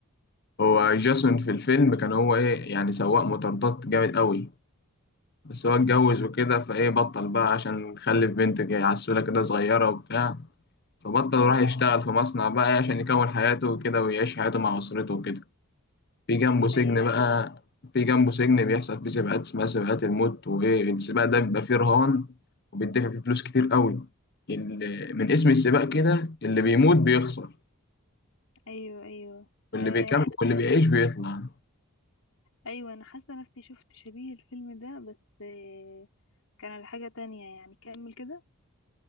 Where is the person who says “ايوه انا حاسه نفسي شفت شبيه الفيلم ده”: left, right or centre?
Left